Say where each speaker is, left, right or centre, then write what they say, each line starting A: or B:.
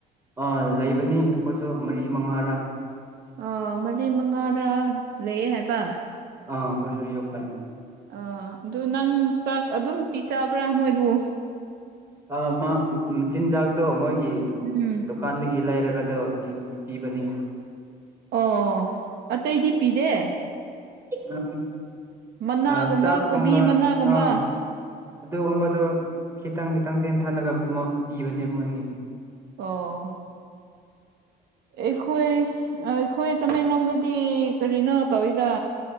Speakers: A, on the right; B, on the right.
A: ꯑꯥ ꯂꯩꯕꯅꯤ ꯑꯩꯈꯣꯏꯁꯨ ꯃꯔꯤ ꯃꯉꯥꯔꯥ
B: ꯑ ꯃꯔꯤ ꯃꯉꯥꯔꯥ ꯂꯩꯌꯦ ꯍꯥꯏꯕ
A: ꯑ ꯀꯣꯏꯁꯨ ꯌꯄꯅꯤ
B: ꯑ ꯑꯗꯨ ꯅꯪ ꯆꯥꯛ ꯑꯗꯨꯝ ꯄꯤꯖꯕ꯭ꯔꯥ ꯃꯣꯏꯕꯨ
A: ꯑ ꯆꯤꯟꯖꯥꯛꯇꯣ ꯃꯣꯏ
B: ꯎꯝ
A: ꯗꯨꯀꯥꯟꯗꯒꯤ ꯂꯩꯔꯒ ꯑꯗꯨꯣ ꯄꯤꯕꯅꯤ
B: ꯑꯣ ꯑꯇꯩꯗꯤ ꯄꯤꯗꯦ
A: ꯑꯥ
B: ꯃꯅꯥꯒꯨꯝꯕ
A: ꯑ ꯆꯥꯛꯀꯨꯝꯕ
B: ꯀꯣꯕꯤ ꯃꯅꯥꯒꯨꯝꯕ
A: ꯑꯥ ꯑꯗꯨꯒꯨꯝꯕꯗꯣ ꯈꯤꯇꯪ ꯈꯤꯇꯪ <inaudible> ꯇꯦꯟ ꯊꯂꯒ ꯄꯤꯕꯅꯦ ꯃꯣꯏꯒꯤ <inaudible>
B: ꯑꯣ ꯑꯩꯈꯣꯏ ꯑ ꯑꯩꯈꯣꯏ ꯇꯃꯦꯡꯂꯣꯡꯗ ꯗꯤ ꯀꯔꯤꯅꯣ ꯇꯧꯋꯤꯗ